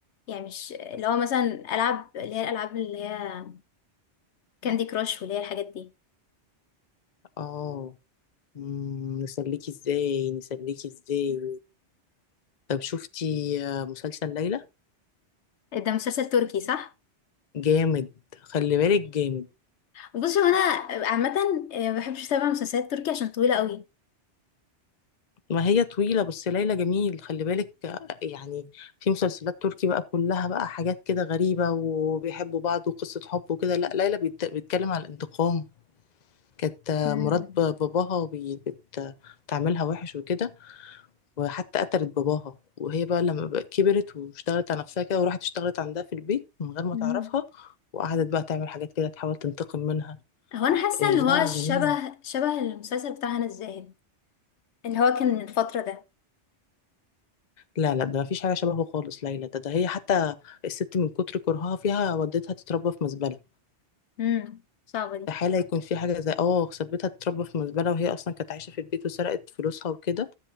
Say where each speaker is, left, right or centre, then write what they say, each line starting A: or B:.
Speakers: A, on the left; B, on the left.
A: يعني مش اللي هو مثلا العاب اللي هي الالعاب اللي هي كاندي كراش واللي هي الحاجات دي
B: اه مم، نسليكي ازاي نسليكي ازاي طب شفتي آه، مسلسل ليلى
A: <laughs> ده مسلسل تركي صح
B: جامد خلي بالك جامد
A: بص هو انا عامه آه، ما بحبش اتابع مسلسلات تركي عشان طويله قوي
B: ما هي طويلة بس ليلى جميل خلي بالك آه، يعني في مسلسلات تركي بقى كلها بقى حاجات كده غريبة وبيحبوا بعض وقصة حب وكده لا ليلى بيت- بيتكلم على الانتقام كانت آه،
A: مم.
B: مرات ب- باباها بي- بت- بتعملها وحش وكده وحتى قتلت باباها وهي بقى لما بقى كبرت واشتغلت على نفسها كده وراحت اشتغلت عندها في البيت من غير ما
A: مم.
B: تعرفها وقعدت بقى تعمل حاجات كده تحاول تنتقم منها
A: هو انا حاسه
B: إيه
A: ان هو
B: لا
A: شبه
B: جميل
A: شبه المسلسل بتاع هنا الزاهد اللي هو كان من الفتره ده
B: لا لا ده مفيش حاجة شبهه خالص ليلى ده ده هي حتى الست من كتر كرهها فيها ودتها تتربى في مزبلة
A: امم صعبه دي
B: استحالة يكون في حاجة زي اه سبتها تتربى في مزبلة وهي أصلا كانت عايشة في البيت وسرقت فلوسها وكده